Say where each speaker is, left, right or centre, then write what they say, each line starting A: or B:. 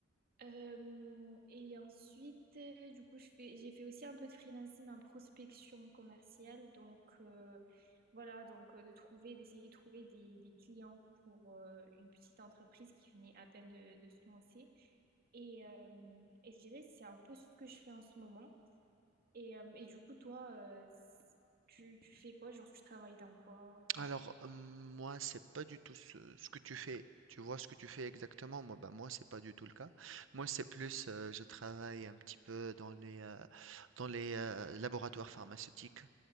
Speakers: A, on the right; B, on the right.
A: Euh, et ensuite, euh, du coup, je fais, j'ai fait aussi un peu de freelancing en prospection commerciale. Donc, euh, voilà, donc euh, de trouver, d'essayer de trouver des, des clients pour euh, une petite entreprise qui venait à peine de, de se lancer. Et, euh, et je dirais, c'est un peu ce que je fais en ce moment. Et, euh, et du coup, toi, euh, c- tu, tu fais quoi? Genre, tu travailles dans quoi? Dans
B: Alors,
A: quel-
B: euh, moi, c'est pas du tout ce, ce que tu fais. Tu vois ce que tu fais exactement? Moi, bah, moi, c'est pas du tout le cas. Moi, c'est plus, euh, je travaille un petit peu dans les, euh, dans les euh, laboratoires pharmaceutiques.